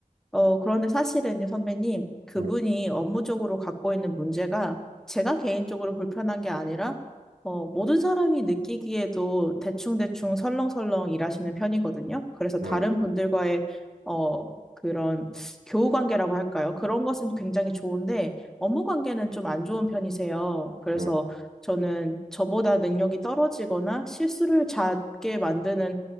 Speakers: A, in the centre; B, on the right.
A: 어, 그런데 사실은요, 선배님, 그분이
B: 음,
A: 업무적으로 갖고 있는 문제가 제가 개인적으로 불편한 게 아니라, 어, 모든 사람이 느끼기에도 대충대충 설렁설렁 일하시는 편이거든요. 그래서 다른
B: 음,
A: 분들과의, 어, 그런 교우 관계라고 할까요? 그런 것은 굉장히 좋은데, 업무 관계는 좀 안 좋은 편이세요. 그래서
B: 음.
A: 저는 저보다 능력이 떨어지거나 실수를 잦게 만드는